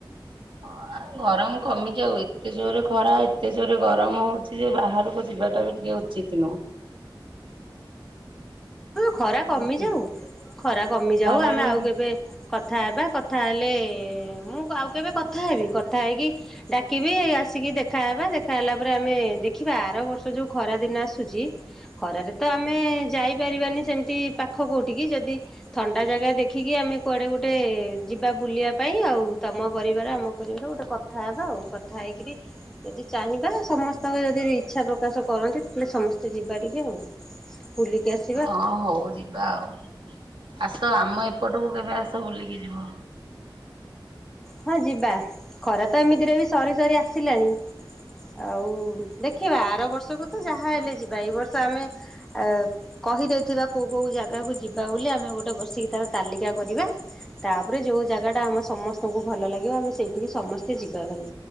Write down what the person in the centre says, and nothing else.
ଖରା
କମିଯାଉ। ଖରା କମିଯାଉ
ଆମେ ଆଉ କେବେ। କଥା ହେବା। କଥା ହେଲେ ମୁଁ ଆଉ କେବେ କଥା ହେବି କଥା ହେଇକି। ଡାକିବି ଆସିକି ଦେଖାହବା ଦେଖା ହେଲା ପରେ ଆମେ ଦେଖିବା ଆର ବର୍ଷ ଯୋଉ ଖରା ଦିନ ଆସୁଚି। ଖରାରେ ତ ଆମେ ଯାଇପାରିବାନି ସେମିତି ପାଖ କୋଉଠିକି ଯଦି ଥଣ୍ଡା ଜାଗା ଦେଖିକି ଆମେ କୁଆଡେ ଗୋଟେ ଯିବା ବୁଲିବା ପାଇଁ ଆଉ ତମ ପରିବାର ଆମ ପରିବାର ଗୋଟେ କଥା। କଥା ହେବା ଆଉ କଥା ହେଇକିରି ଯଦି ଚାହିଁବା ସମସ୍ତଙ୍କ ଯଦି ଇଚ୍ଛା ପ୍ରକାଶ କରନ୍ତି ତାହେଲେ ସମସ୍ତେ ଯିବା ଟିକେ ଆଉ। ବୁଲିକି ଆସି।
ହଁ ଯିବା। ଖରା ତ ଏମିତିରେ ବି ସରି ସରି ଆସିଲାଣି। ଆଉ ଦେଖିବା ଆର ବର୍ଷକୁ ତ ଯାହା ହେଲେ ଯିବା। ଏଇ ବର୍ଷ ଆମେ ଆ। କହିଦେଇଥିବା କୋଉ କୋଉ ଜାଗାକୁ ଯିବା ବୋଲି ଆମେ ଗୋଟେ ବସିକି ତାର ତାଲିକା କରିବା। ତାପରେ ଯୋଉ ଜାଗା ଟା ଆମ ସମସ୍ତେ କୁ ଭଲ ଲାଗିବ ଆମେ ସେଇଠିକି ସମସ୍ତେ ଯିବା ଭାରି